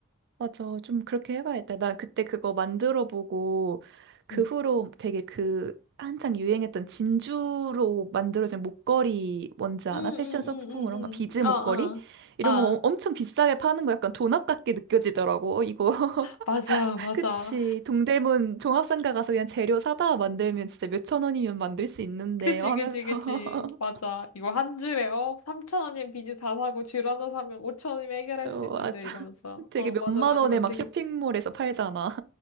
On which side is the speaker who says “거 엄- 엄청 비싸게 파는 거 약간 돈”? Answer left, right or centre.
Right